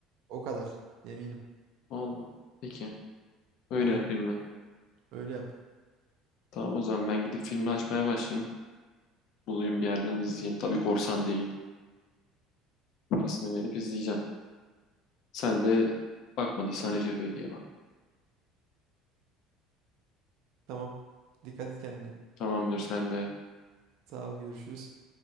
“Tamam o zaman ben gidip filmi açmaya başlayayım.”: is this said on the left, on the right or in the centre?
Left